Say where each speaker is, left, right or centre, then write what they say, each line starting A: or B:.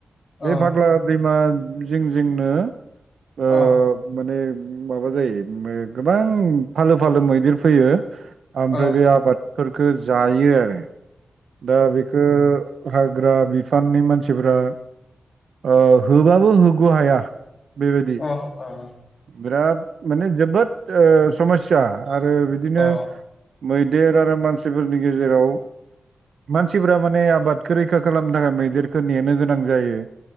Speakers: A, on the left; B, on the right.
A: अ
B: बे फाग्ला दैमा जिं जिंनो ओ
A: अ
B: माने माबा जायो ओ गोबां फालो फालो मैदेर फैयो ओमफ्राय
A: अ
B: बे आबादफोरखो जायो आरो दा बेखो हाग्रा बिफाननि मानसिफोरा ओ होबाबो हग' हाया बेबायदि
A: अ
B: बिराद माने जोबोद ओ समस्या आरो बि बिदिनो
A: अ
B: मैदेर आरो मानसिफोरनि गेजेराव मानसिफोरा माने आबादखो रैखा खालामनो थाखाय मैदेरखो नेनो गोनां जायो।